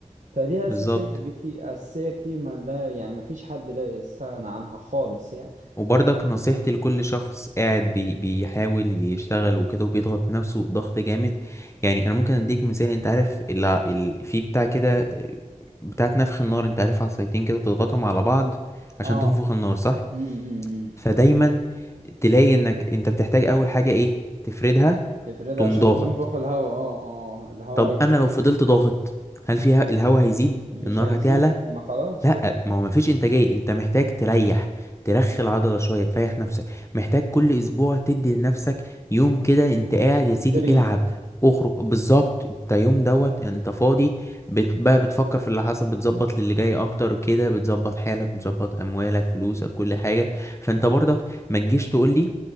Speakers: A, on the right; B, on the left.
A: فدي
B: بالظبط
A: أساسية بكتير أساسية كتير ما لا يعني ما فيش حد لا يستغنى عنها خالص يعني
B: وبرضك نصيحتي لكل شخص قاعد بي بيحاول يشتغل وكده وبيضغط نفسه ضغط جامد يعني انا ممكن اديك مثال انت عارف ال... ال... في بتاع كده بتاعت نفخ النار انت عارف عصايتين كده بتضغطهم على بعض عشان
A: آه
B: تنفخ النار صح
A: أمم، أمم، أمم.
B: فدايما تلاقي انك انت بتحتاج اول حاجة ايه تفردها
A: تفرد
B: تقوم
A: عشان
B: ضاغط
A: تنفخ الهواء اه اه آه. الهواء
B: طب
A: يكون
B: انا لو فضلت ضاغط هل فيها الهواء هيزيد
A: مش
B: النار
A: هيزيد
B: هتعلى
A: ما خلاص
B: لا
A: كده
B: ما هو مفيش انتاجيه انت محتاج تريح ترخي العضله شويه تريح نفسك محتاج كل اسبوع تدي لنفسك يوم كده انت قاعد يا سيدي
A: فري
B: العب اخرج بالظبط انت يوم دوت انت فاضي بت... بقى بتفكر في اللي حصل بتظبط للي جاي اكتر كده بتظبط حالك بتظبط اموالك فلوسك كل حاجه فانت برضك ما تجيش تقول لي